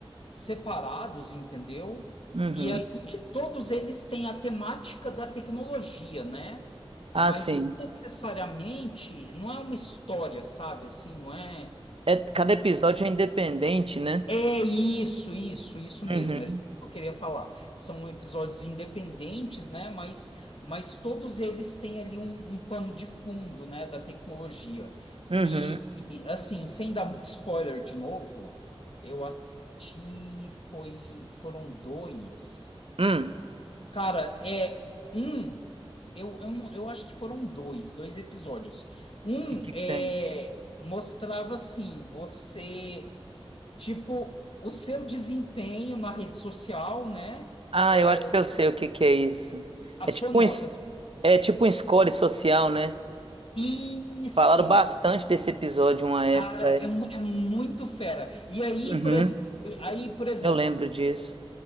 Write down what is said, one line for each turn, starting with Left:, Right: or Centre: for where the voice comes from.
Left: separados, entendeu?
Right: Uhum.
Left: E aí todos eles têm a temática da tecnologia, né?
Right: Ah,
Left: Mas
Right: sim.
Left: não necessariamente, não é uma história, sabe? Assim, não é.
Right: É, cada episódio é independente, né?
Left: É isso, isso, isso mesmo.
Right: Uhum.
Left: Era isso que eu queria falar. São episódios independentes, né? Mas, mas todos eles têm ali um, um pano de fundo, né? Da tecnologia.
Right: Uhum.
Left: E, e, assim, sem dar muito spoiler de novo, eu assisti, foi, foram dois.
Right: Hum.
Left: Cara, é um. Eu, eu, não- eu acho que foram dois, dois episódios. Um
Right: O que que
Left: é,
Right: que tem?
Left: mostrava assim, você. Tipo, o seu desempenho na rede social, né?
Right: Ah,
Left: É
Right: eu acho que eu sei o que que é isso.
Left: a
Right: É
Left: sua
Right: tipo
Left: nota.
Right: um, es- é tipo um score social, né?
Left: Isso,
Right: Falaram bastante desse episódio uma época.
Left: cara,
Right: é.
Left: é, mu- é muito fera. E aí,
Right: Uhum.
Left: por exemplo, aí, por exemplo,
Right: Eu lembro
Left: se-
Right: disso.